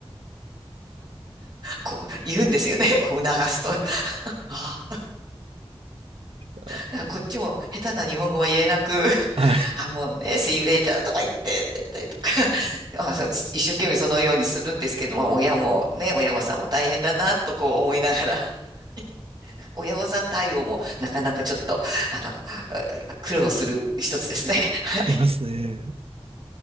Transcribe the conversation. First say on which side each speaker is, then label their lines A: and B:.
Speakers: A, on the right; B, on the right.
A: こう言うんですよね。こう促すと。あ
B: あ
A: だからこっちも下手な日本語は言えなく、<laughs>
B: はい。
A: あ、もうね、See you later とか言ってって言ったりとか、<laughs> あ、そう一生懸命そのようにするんですけど、まあ親もね、親御さんも大変だなとこう思いながら、<laughs> 親御さん対応もなかなかちょっと、あの、苦労する一つですね。<laughs>
B: ありますね。